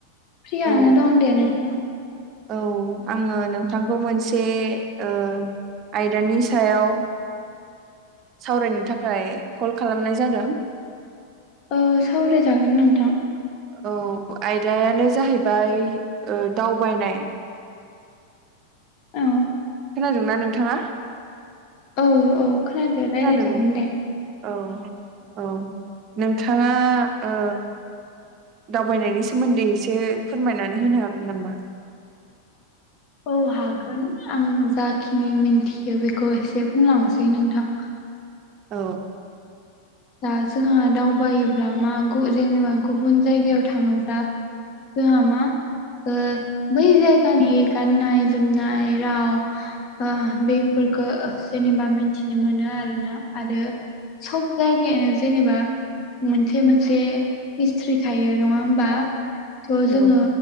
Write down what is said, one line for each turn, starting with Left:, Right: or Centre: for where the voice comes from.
Left: फ्रियानो
Right: औ
Left: दं दे नोंथां
Right: औ आङो नोंथांखौ मोनसे ओ आयदानि सायाव सावरायनो थाखाय कल खालामनाय जादों
Left: ओ सावरायजागोन नोंथां
Right: औ आयदायानो जाहैबाय ओ दावबायनाय
Left: औ
Right: खोनादों ना नोंथाङा।
Left: औ औ खोनादो
Right: खोनादों
Left: रायलायजागोन दे
Right: औ औ नोंथाङा ओ दावबायनायनि सोमोन्दै एसे फोरमायनानै होनो हागोन नामा?
Left: औ हागोन आं जाखिनि मिन्थियो बेखौ एसे बुंलांनोसै नोंथां।
Right: औ
Left: दा जोंहा दावबायोब्ला मा गु जेनेबा गुबुन जायगायाव थाङोब्ला। जोहा मा ओ बै जायगानि गाननाय जोमनाय राव ओ बेफोरखौ जेनेबा मिथिनो मोनो आरोना आरो सब जायगायानो जेनेबा मोनसे मोनसे हिस्ट्रि थायो नङा होमबा थ'
Right: औ
Left: जोङो